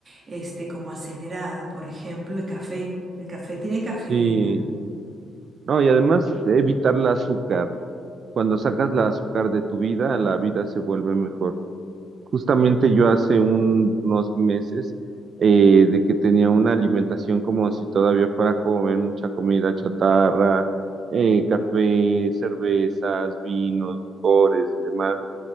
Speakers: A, on the right; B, on the right.
A: este, como acelerada. Por ejemplo, el café. El café tiene cafeína.
B: sí. No, y además evitar el azúcar. Cuando sacas la azúcar de tu vida, la vida se vuelve mejor. Justamente yo hace un- unos meses eh, de que tenía una alimentación como si todavía fuera joven, mucha comida chatarra, eh, café, cervezas, vinos, licores y demás